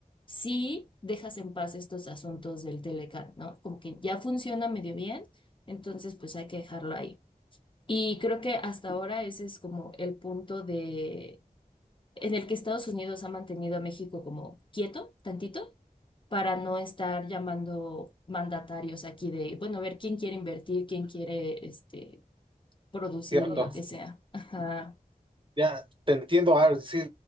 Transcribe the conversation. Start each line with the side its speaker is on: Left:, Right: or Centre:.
Left: si dejas en paz estos asuntos del Telecán, ¿no? Como que ya funciona medio bien, entonces pues hay que dejarlo ahí. Y creo que hasta ahora ese es como el punto de en el que Estados Unidos ha mantenido a México como quieto, tantito, para no estar llamando mandatarios aquí de, bueno, a ver quién quiere invertir, quién quiere este producir
Right: cierto.
Left: y lo que sea. Ajá.
Right: Ya te entiendo, Ar, sí,